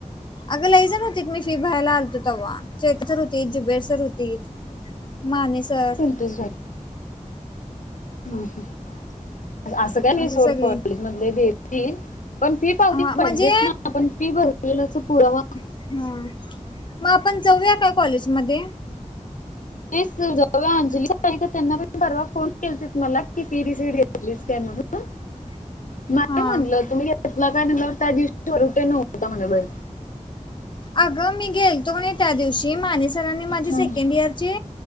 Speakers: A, on the left; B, on the left.
A: अगं लई जण हो तीत मी फी भरायला आलतो तवा, चेतन सर होतीत, जुबेर सर होतीत माने सर
B: तुझं हम्म हम् असं काय नाही
A: असे
B: सोड
A: सगळे
B: कॉलेज मधले देतील पण फी पावती
A: हा म्हणजे
B: पाहिजेत ना आपण फी भरलेलाचा पुरावा
A: हा मग आपण जाऊया काय कॉलेज मध्ये?
B: प्लीज जाऊया अंजली त्यांना पण परवा फोन केलतीत मला कि फी रिसीट घेतलीस काय म्हणून.
A: <inaudible>
B: नाही
A: हां
B: म्हटलं, तुम्ही घेतला काय म्हणल्यावर त्या दिवशी वरुठे नव्हता म्हण बाई.
A: अगं मी गेलतो क नाही त्या दिवशी माने सरांनी माझी
B: हं,
A: सेकंड इयरची